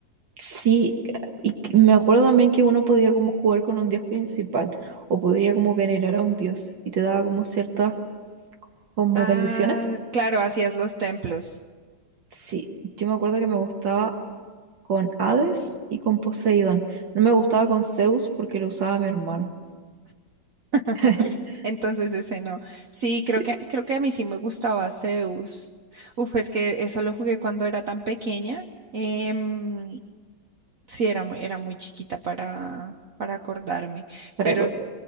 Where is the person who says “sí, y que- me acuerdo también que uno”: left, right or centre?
Right